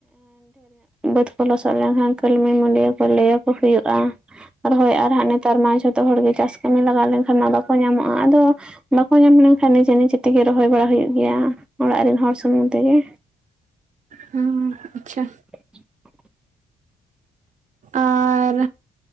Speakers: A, in the centre; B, on the right.
A: ᱵᱟᱹᱫᱽ ᱠᱚ ᱞᱚᱥᱚᱫ ᱞᱮᱱᱠᱷᱟᱱ ᱠᱟᱹᱢᱤ ᱢᱩᱰᱤᱭᱟᱹ ᱠᱚ ᱞᱟᱹᱭ ᱟᱠᱚ ᱦᱩᱭᱩᱜᱼᱟ ᱟᱫᱚ ᱦᱳᱭ ᱟᱨ ᱦᱟᱸᱜ ᱱᱮᱛᱟᱨ ᱢᱟ ᱡᱷᱚᱛᱚ ᱦᱚᱲ ᱜᱮ ᱪᱟᱥ ᱠᱟᱹᱢᱤ ᱞᱟᱜᱟᱣ ᱞᱮᱱ ᱠᱷᱟᱱ ᱢᱟ ᱵᱟᱠᱚ ᱧᱟᱢᱚᱜᱼᱟ ᱟᱫᱚ ᱵᱟᱠᱚ ᱧᱟᱢ ᱞᱮᱱ ᱠᱷᱟᱱ ᱱᱤᱡᱮ ᱱᱤᱡᱮ ᱛᱮ ᱜᱮ ᱨᱚᱦᱚᱭ ᱵᱟᱲᱟ ᱦᱩᱭᱩᱜ ᱜᱮᱭᱟ ᱚᱲᱟᱜ ᱨᱮᱱ ᱦᱚᱲ ᱥᱩᱢᱩᱝ ᱛᱮ ᱜᱮ
B: ᱦᱩᱸ ᱟᱪᱷᱟ
A: <unintelligible>
B: ᱟᱨ